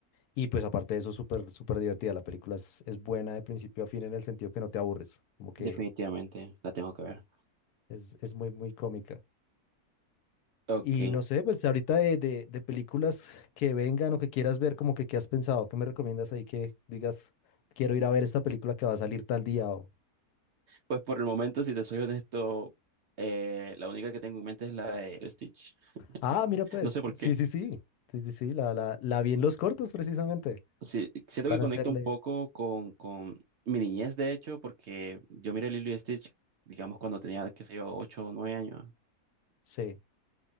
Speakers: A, on the left; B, on the right.
A: Y pues aparte de eso, súper, súper divertida. La película es, es buena de principio a fin en el sentido que no te aburres, como que
B: Definitivamente, la tengo que ver.
A: es, es muy, muy cómica.
B: Ok,
A: Y no sé, pues ahorita de, de, de películas que vengan o que quieras ver, como que qué has pensado, qué me recomiendas ahí que digas, quiero ir a ver esta película que va a salir tal día o...
B: pues por el momento, si te soy honesto, eh, la única que tengo en mente es la de Stitch.
A: Ah, mira pues,
B: No sé por qué.
A: sí, sí, sí, sí, sí, sí, la, la, la vi en los cortos precisamente.
B: Sí, siento
A: Van
B: que conecta
A: a hacerle...
B: un poco con, con mi niñez, de hecho, porque yo miré Lilo y Stitch, digamos, cuando tenía, qué sé yo, 8 o 9 años.
A: Sí,